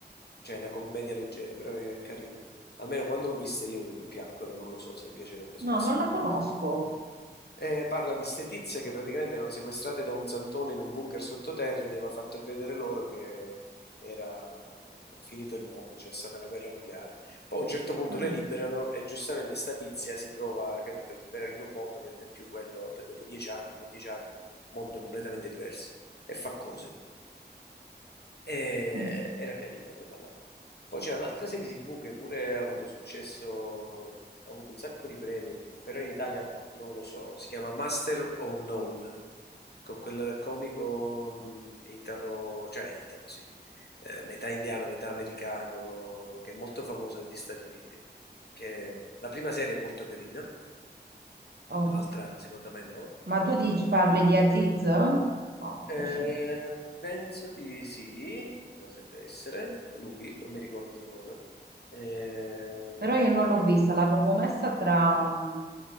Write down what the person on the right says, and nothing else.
No,
non la
conosco.
Ah,
mm.
Ok.
Ma tu dici- parli di Aziz? No,
forse no.
Però io non l'ho vista, l'avevo messa tra, mh,